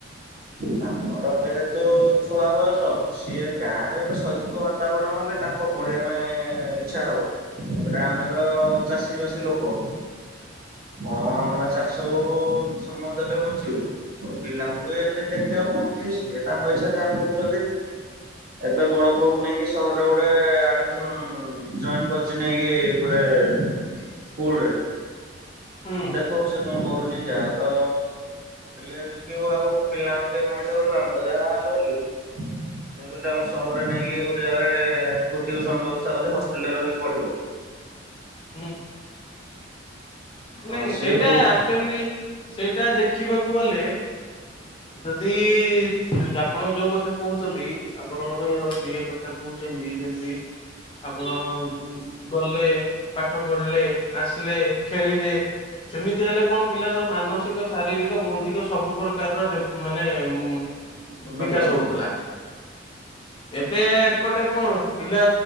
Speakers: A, on the right (about 50°); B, on the left (about 25°).
A: ତାଙ୍କର ଯେହେତୁ ଛୁଆ ବୟସ ସିଏ ଗାଁରେ ଗୋଟେ ଶୈକ୍ଷିକ ବାତାବରଣ ହେଲେ, ତାଙ୍କ ପଢିବା ପାଇଁ ଇଚ୍ଛା ହବ। ତାପରେ ଆମେ ତ ଚାଷୀବାଷୀ ଲୋକ। ହଁ ଆମେ ଚାଷକୁ ସମୟ ଦେଲେ ବଞ୍ଚିବୁ। ଓ ପିଲାଙ୍କୁ ବି ଏମତି ଦେଖିବାକୁ ପଡୁଚି ସିଏ ତାଙ୍କ ଇଛା ଯାହା ପଡୁଚନ୍ତି। ଏବେ ବଡ ପୁଅକୁ ନେଇକି ସହରରେ ଗୋଟେ ଆଡମିସନ୍ ଜଏନ୍ କରିଚି ନେଇକି ଗୋଟେ ସ୍କୁଲରେ
B: ହୁଁ
A: ଦେଖୋଉ ସିଏ କଣ କରୁଚି ଯାହା ତ ହେଲେବିି ଦେଖିବୁ ଆଉ ପିଲାର ମଣିଷ କରିବୁ ଆମେ ତ ଯାହା ହେଲୁ ହେଲୁ ଉଁ ତେଣୁକରି ତାଙ୍କୁ ସହରରେ ନେଇକି ଗୋଟେ ଜାଗାରେ ଟ୍ୟୁସନ ବ୍ୟବସ୍ତା କରିଦେ ହଷ୍ଟେଲରେ ରହିକି ପଢିବ।
B: ହୁଁ
A: ହଁ
B: ନାଇଁ
A: ସିଏ
B: ସେଇଟା
A: ବହୁତ
B: ଆକଚୁଆଲି ସେଇଟା ଦେଖିବାକୁ ଗଲେ ଯଦି ଏ ଆପଣ ଯୋଉ କଥା କୋହୁଚନ୍ତି ଆପଣଙ୍କର ବି ଏ କଥା କୋହୁଚନ୍ତି ଯେମତି ଆପଣ ଉ ଗଲେ। ପାଠ ପଢଲେ ଆସିଲେ ଖେଳିଲେ ସେମିତି ହେଲେ କଣ ପିଲାଙ୍କର ମାନସିକ ଶାରୀରିକ ବୋହୁତ ଟିକେ ସବୁ ପ୍ରକାର ଡେବ୍ ମାନେ ଉମ୍
A: ଉନ୍ନତି
B: ବିକାଶ
A: ହବ
B: ହୋଉଥିଲା। ଏବେ ଏପଟେ କଣ ପିଲା